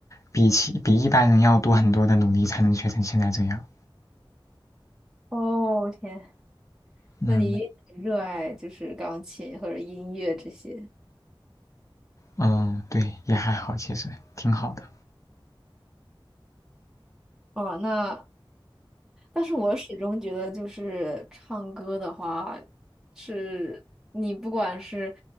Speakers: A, on the left (about 35°); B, in the centre.
A: 比起比一般人要多很多的努力才能学成现在这样。
B: 哦，天。
A: 嗯
B: 那你一定很热爱就是钢琴或者音乐这些。
A: 嗯，对，也还好，其实挺好的，
B: 哦，那但是我始终觉得，就是唱歌的话，是你不管是